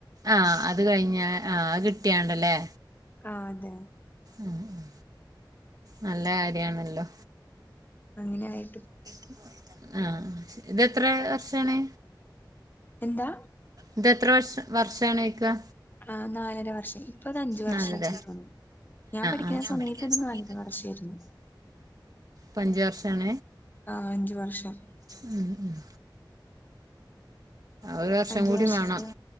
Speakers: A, on the right; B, on the left.
A: ആഹ് അത് കഴിഞ്ഞു ആഹ് കിട്ടിയാണ്ടല്ലേ.
B: ആ അതെ.
A: ഉം ഉം നല്ല കാര്യാണല്ലോ?
B: അങ്ങനെആയി.
A: <inaudible> ആഹ് ഇതെത്ര വർഷാണ്?
B: എന്താ?
A: ഇതെത്ര വഷ വർഷാണോയ്ക്കാ.
B: ആ നാലര വർഷം ഇപ്പ അത് അഞ്ച് വർഷം
A: നാലര
B: ആക്കിട്ടുള്ളു ഞാൻ പഠിക്കുന്ന
A: വർഷം
B: സമയത്ത് ഇന്ന്
A: ഇപ്പത്
B: <unintelligible>
A: പഞ്ച വർഷണ
B: ആഹ് അഞ്ച് വർഷം
A: ഉം ഉം ഒരു വർഷം
B: അഞ്ചു
A: കൂടി
B: വർഷത്തെ
A: വേണം